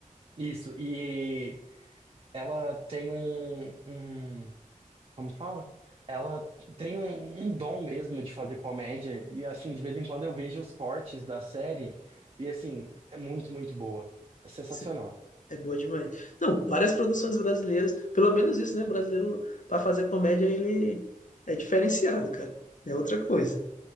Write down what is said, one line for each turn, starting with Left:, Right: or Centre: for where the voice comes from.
Right: isso. E ela tem um, um- como que fala? Ela tem um, um dom mesmo de fazer comédia. E, assim, de vez em quando eu vejo os cortes da série. E, assim, é muito, muito boa. É sensacional.
Left: Cê- É boa demais. Não, várias produções brasileiras, pelo menos isso, né? Brasileiro, para fazer comédia, ele é diferenciado, cara. É outra coisa.